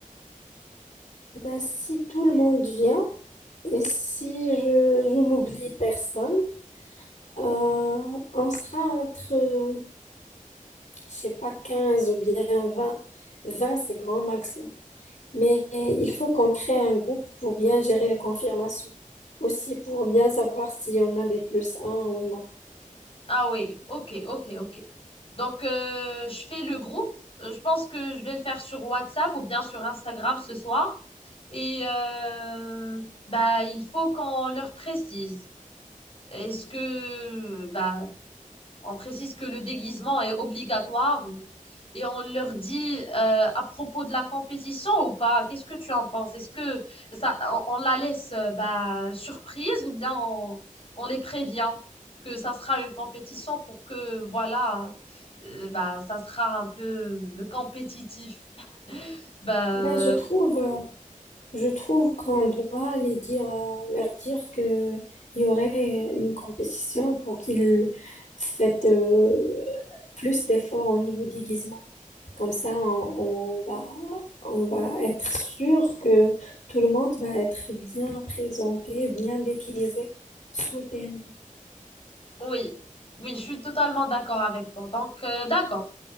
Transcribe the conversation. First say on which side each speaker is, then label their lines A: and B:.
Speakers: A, on the left (about 60°); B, on the left (about 40°).
A: Bah, si tout le monde vient, et si je, je n'oublie personne, euh, on sera entre, euh, je sais pas, 15 ou bien 20, 20 c'est grand max, Mais il faut qu'on crée un groupe pour bien gérer les confirmations. Aussi pour bien savoir si on a des plus un ou non.
B: Ah ouais, ok, ok, ok. Donc, euh, je fais le groupe. Euh, Je pense que je vais le faire sur WhatsApp ou bien sur Instagram ce soir. Et euh, bah, il faut qu'on leur précise. Est-ce que bah, On précise que le déguisement est obligatoire et, et on leur dit euh, à propos de la compétition ou pas, qu'est-ce que tu en penses? Est-ce que ça, on, on la laisse euh, bah, surprise ou bien on, on les prévient que ça sera une compétition pour que, voilà, euh, bah, ça sera un peu compétitif? <laughs> Ben
A: Ben, je trouve, euh, je trouve qu'on doit les dire, euh, leur dire que il y aurait une compétition pour qu'ils fassent euh, plus d'efforts au niveau déguisement. Comme ça, on, on va, on va être sûr que tout le monde va être bien présenté, bien déguisé sous le thème.
B: Oui, oui, je suis totalement d'accord avec toi. Donc, euh, d'accord.